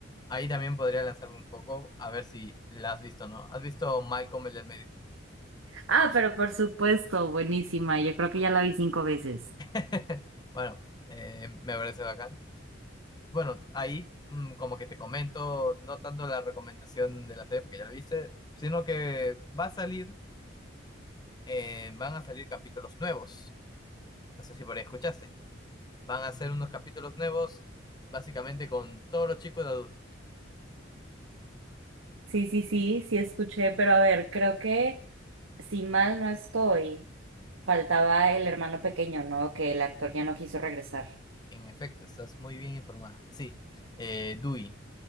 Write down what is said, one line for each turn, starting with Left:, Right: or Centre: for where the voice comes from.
Left: ahí también podría lanzarme un poco a ver si la has visto, ¿no? ¿Has visto Malcolm el del medio?
Right: Ah, pero por supuesto, buenísima. Yo creo que ya la vi cinco veces.
Left: <laughs> Bueno, eh, me parece bacán. Bueno, ahí mm, como que te comento, no tanto la recomendación de la serie porque ya la viste, sino que va a salir, eh, van a salir capítulos nuevos. No sé si por ahí escuchaste. Van a ser unos capítulos nuevos, básicamente con todos los chicos de adultos.
Right: Sí, sí, sí, sí escuché, pero a ver, creo que si mal no estoy, faltaba el hermano pequeño, ¿no? Que el actor ya no quiso regresar.
Left: En efecto, estás muy bien informada. Sí, eh, Dewey,